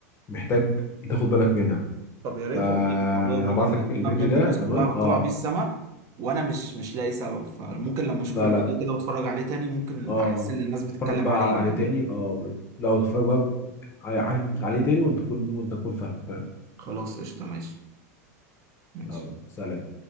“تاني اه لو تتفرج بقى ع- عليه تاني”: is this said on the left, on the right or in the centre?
Left